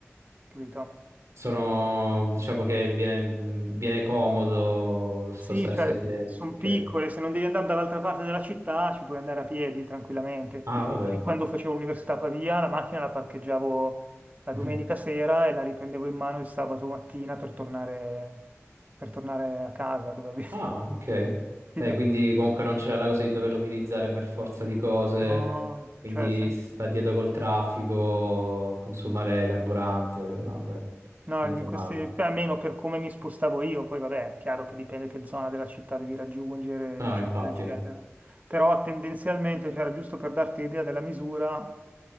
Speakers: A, on the right; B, on the right.
A: capito?
B: Sono, diciamo che viene, mm, viene comodo spostarsi
A: Sì, cioè
B: a piedi.
A: sono
B: Ok.
A: piccole, se non devi andare dall'altra parte della città ci puoi andare a piedi tranquillamente. capito?
B: Ah, vabbè.
A: Io Quando facevo l'università a Pavia, la macchina la parcheggiavo la
B: Mhm.
A: domenica sera e la riprendevo in mano il sabato mattina per tornare, per tornare a casa dove avevo
B: Ah, ok.
A: <laughs>
B: Dai,
A: capito?
B: quindi comunque non c'era la cosa di doverlo utilizzare per forza di cose,
A: No,
B: quindi
A: cioè, se-
B: sta dietro col traffico, consumare carburante. No, vabbè,
A: no,
B: niente
A: in
B: male.
A: questi, beh, almeno per come mi spostavo io, poi vabbè, è chiaro che dipende che zona della città devi raggiungere,
B: No,
A: eccetera,
B: infatti.
A: eccetera.
B: Eh
A: Però tendenzialmente, cioè, era giusto per darti l'idea della misura,